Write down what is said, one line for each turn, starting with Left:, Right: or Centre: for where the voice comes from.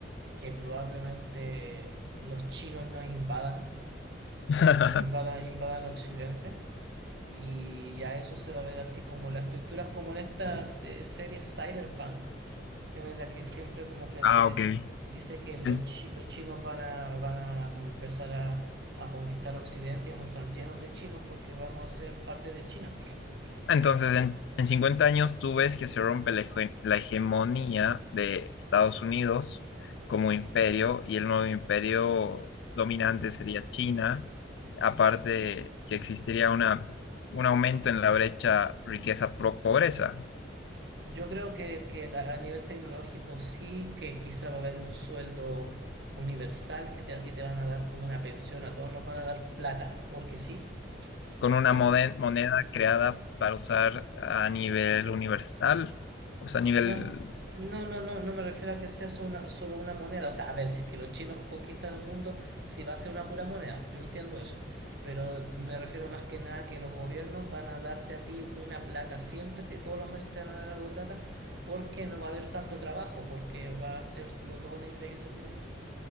Right: que probablemente los chinos nos invadan
Left: <laughs>
Right: y, un- y invadan, invadan Occidente. Y ya eso se va a ver así como las estructuras, como en estas eh, series Cyberpunk, en la que siempre como que
Left: Ah,
Right: se
Left: ok.
Right: dice que los,
Left: En-
Right: chi- los chinos van a, van a como empezar a, a conquistar Occidente y vamos a estar llenos de chinos porque vamos a ser parte de China. <laughs>
Left: Entonces, en, en cincuenta años tú ves que se rompe la, hege- la hegemonía de Estados Unidos como imperio y el nuevo imperio dominante sería China, aparte que existiría una, un aumento en la brecha riqueza-pobreza.
Right: Yo creo que, que a a nivel tecnológico sí, que quizá va a haber un sueldo universal que te- a ti te van a dar como una pensión, a todos nos van a dar plata, porque sí.
Left: con una
Right: Eh,
Left: mode- moneda creada para usar a nivel universal, o sea, a nivel...
Right: no, no, no, no, no me refiero a que sea solo una, solo una moneda. O sea, a ver, si es que los chinos conquistan el mundo, si va a ser una pura moneda, yo entiendo eso. Pero me refiero más que nada que los gobiernos van a darte a ti una plata, siempre, te- todos los meses te van a dar algo de plata, porque no va a haber tanto trabajo, porque va a hacerlo todo la inteligencia artificial.